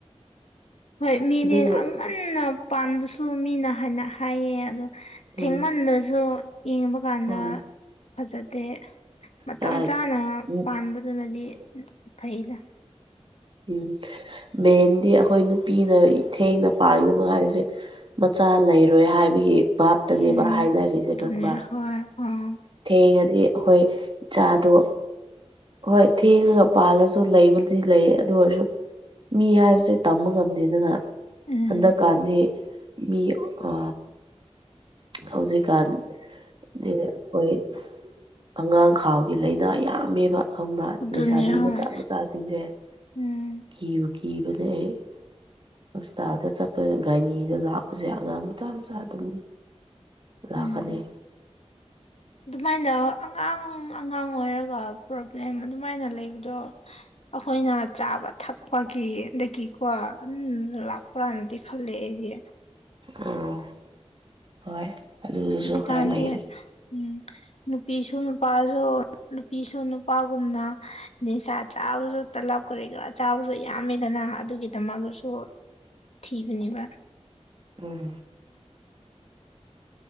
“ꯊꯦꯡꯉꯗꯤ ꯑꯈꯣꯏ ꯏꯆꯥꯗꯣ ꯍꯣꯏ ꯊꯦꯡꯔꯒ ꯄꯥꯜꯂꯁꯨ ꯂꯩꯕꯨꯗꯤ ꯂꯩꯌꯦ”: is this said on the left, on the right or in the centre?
Right